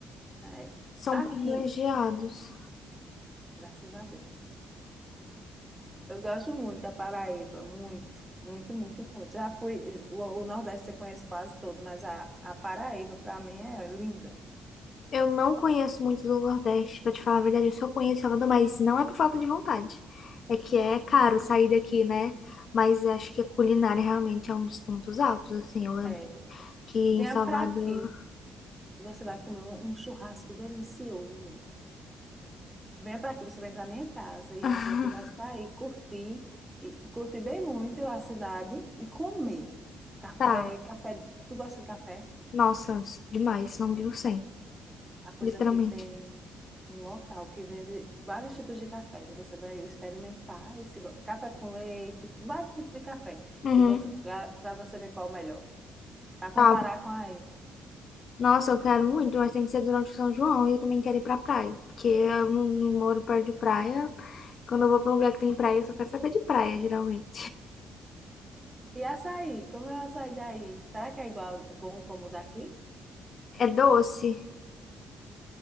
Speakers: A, on the right; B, on the left.
A: é,
B: são
A: Aqui,
B: privilegiados.
A: graças a Deus. Eu gosto muito da Paraíba, muito, muito, muito, muito. Já fui, o, o Nordeste eu conheço quase todo, mas a, a Paraíba, para mim, é linda.
B: Eu não conheço muito do Nordeste, pra te falar a verdade, eu só conheço Salvador, mas não é por falta de vontade. É que é caro sair daqui, né? Mas acho que a culinária realmente é um dos pontos altos, assim. Eu lembro
A: É,
B: que
A: linda.
B: que em
A: venha
B: Salvador.
A: para aqui e você vai comer um, um churrasco delicioso. Venha para aqui, você vem para minha casa e
B: <laughs>
A: a gente vai sair, curtir, e, e curtir bem muito a cidade e comer. Café,
B: Tá,
A: café. Tu gosta de café?
B: nossa, demais, não viu sem,
A: Ah, pois
B: literalmente.
A: aqui tem um local que vende vários tipos de cafés. E você vai experimentar esse café com leite, vários tipos de café,
B: Uhum.
A: se você para você ver qual é o melhor, para comparar
B: Tá,
A: com aí.
B: nossa, eu quero muito, mas tem que ser durante o São João e eu também quero ir pra praia, porque eu não, não moro perto de praia. Quando eu vou pra um lugar que tem praia, eu só quero saber de praia, geralmente.
A: E açaí, como é o açaí daí? Será que é igual, é bom como o daqui?
B: É doce?